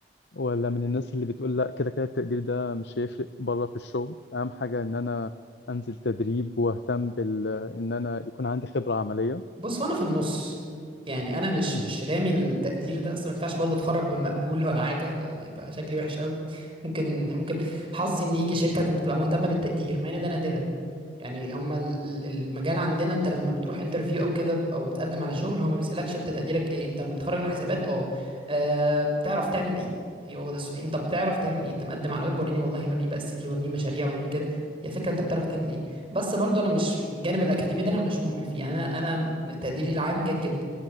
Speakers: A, on the left (about 70°); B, on the right (about 30°).
A: ولا من الناس اللي بتقول لا كده كده التقدير ده مش هيفرق بره في الشغل اهم حاجة ان انا انزل تدريب واهتم بال ان انا يكون عندي خبرة عملية
B: بص هو انا في النص يعني انا مش
A: امم
B: مش رامي التقدير ده اصلا ما ينفعش برضه اتخرج بمقبول ولا حاجه يبقى شكلي وحش قوي ممكن ممكن حظي ان يجي شركه تبقى مهتمه بالتقدير مع ان ده نادرا يعني هما ال- ال- المجال عندنا انت لما بتروح انترفيو او كده او بتقدم على شغل هو ما بيسألكش انت تقديرك ايه انت متخرج من حسابات اه آه، بتعرف تعمل ايه هي هو ده السؤال انت بتعرف تعمل ايه انت مقدم على ويب وريني والله وريني بقى السي في وريني مشاريع وريني كده يا فكره انت بتعرف تعمل ايه بس برضه انا مش الجانب الاكاديمي ده انا مش مهمل فيه يعني انا انا تقديري العام جيد جدا